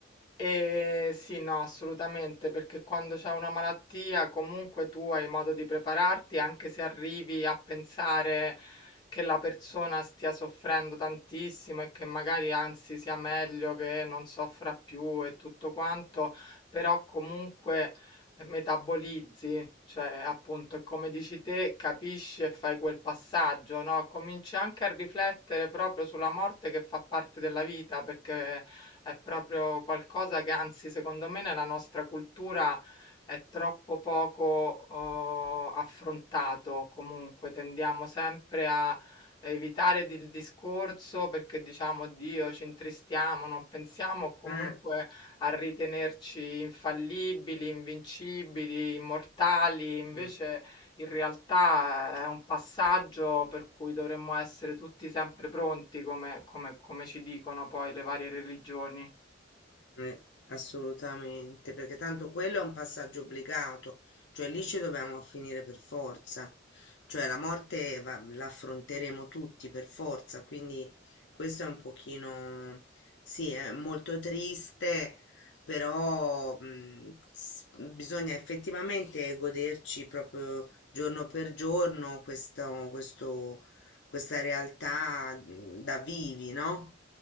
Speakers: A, on the left; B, on the left.
A: E sì, no, assolutamente, perché quando c'è una malattia comunque tu hai modo di prepararti, anche se arrivi a pensare che la persona stia soffrendo tantissimo e che magari anzi sia meglio che non soffra più e tutto quanto, però comunque metabolizzi, cioè appunto, come dici te, capisci e fai quel passaggio, no? Cominci anche a riflettere proprio sulla morte che fa parte della vita, perché è proprio qualcosa che, anzi, secondo me, nella nostra cultura è troppo poco eh, affrontato. Comunque, tendiamo sempre a evitare di- il discorso perché diciamo Dio, ci intristiamo, non pensiamo comunque
B: Eh.
A: a ritenerci infallibili, invincibili, immortali, invece
B: Mh, mh,
A: in realtà è un passaggio per cui dovremmo essere tutti sempre pronti, come, come- come ci dicono poi le varie religioni.
B: eh, assolutamente, perché tanto quello è un passaggio obbligato, cioè lì ci dobbiamo finire per forza, cioè la morte va- la affronteremo tutti per forza, quindi questo è un pochino, sì, è molto triste, però mh, s- bisogna effettivamente goderci proprio giorno per giorno questo, questo- questa realtà mh, da vivi, no?